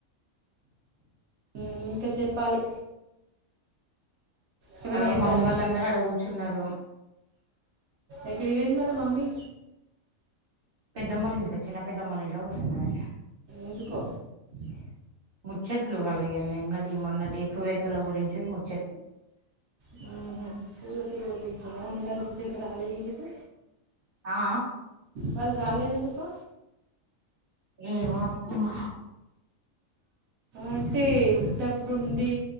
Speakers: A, on the right (about 80°); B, on the right (about 45°).
A: ఇంక చెప్పాలి సెవెన్
B: అగొ
A: అయితాంది
B: మమ్మీ వాళ్ళందరు అడ కూర్చున్నారూ
A: ఎక్కడికి పోయింది మళ్ళ మమ్మీ
B: పెద్దమోల్ ఇం చిన్న పెద్దమోల్ ఇంట్లో కూసుననిగ ము
A: ఎందుకో
B: ముచ్చట్లు వాళ్ళు ఇగ నిన్నటి మొన్నటి సూరేతుల గురించి ముచ్చట్లు
A: హుమ్ హు సూరేతమాల్ గురించ ఆ రాలేదు ఎందుకు
B: ఆ
A: వాళ్ళు రాలేదు ఎందుకు
B: ఏ మొ అత్తమ్మ
A: అంటే ఉటిటప్పుడు ఉండి